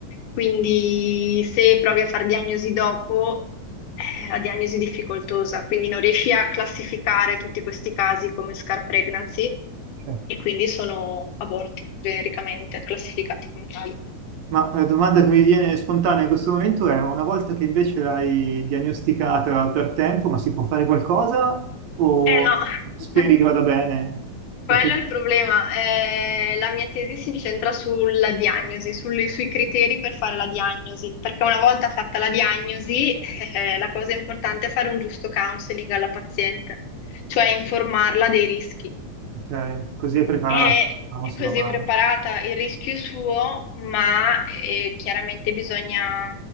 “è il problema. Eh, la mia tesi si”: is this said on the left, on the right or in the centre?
Left